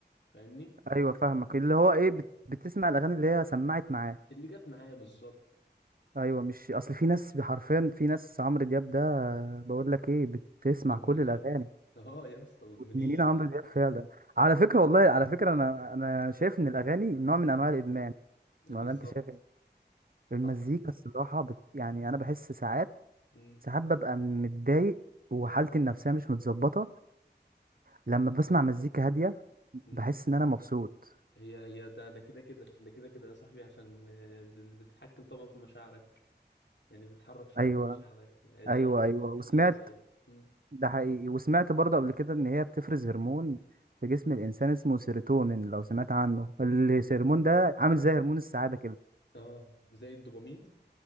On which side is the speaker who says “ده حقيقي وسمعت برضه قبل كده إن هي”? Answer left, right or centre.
Right